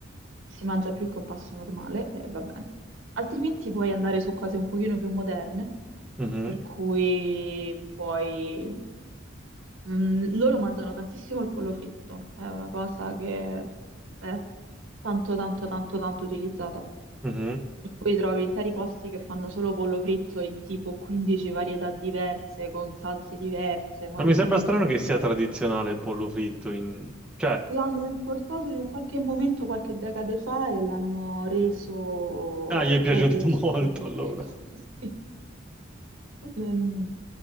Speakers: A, on the right; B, in the centre.
A: si mangia più che un pasto normale e va bene. Altrimenti puoi andare su cose un pochino più moderne,
B: Mhm,
A: per cui puoi Mm, loro mangiano tantissimo il pollo fritto, è una cosa che è tanto, tanto, tanto, tanto utilizzata.
B: mhm.
A: Per cui trovi interi posti che fanno solo pollo fritto in tipo 15 varietà diverse, con salse diverse, modi
B: Ma mi
A: di
B: sembra
A: friggere
B: strano che
A: diversi.
B: sia tradizionale il pollo fritto in... Cioè,
A: L'hanno importato in un qualche momento, qualche decade fa, e l'hanno reso
B: ah, gli
A: il
B: è piaciuto
A: proprio cibo
B: <laughs> molto
A: tipico.
B: allora.
A: <laughs> Sì. Mm,